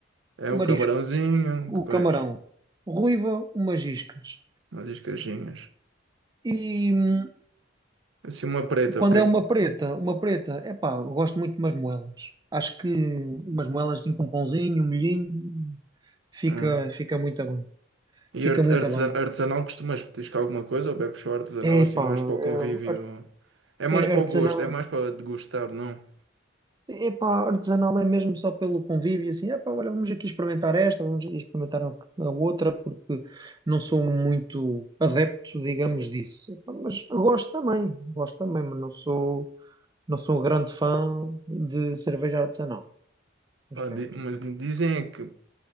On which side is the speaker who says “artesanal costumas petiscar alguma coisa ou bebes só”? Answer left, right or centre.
Right